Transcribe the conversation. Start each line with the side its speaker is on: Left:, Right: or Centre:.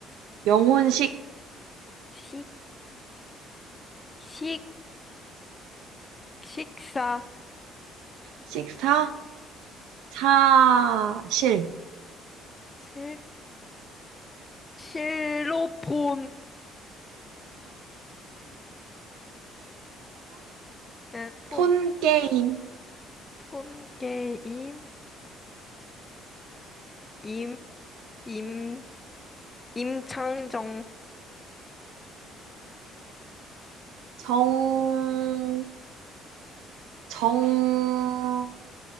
Right: 영혼식
Left: 식 식 식사
Right: 식사 사실
Left: 실 실로폰 응.
Right: 폰 게임
Left: 폰폰 게임 임 임 임창정
Right: 정 정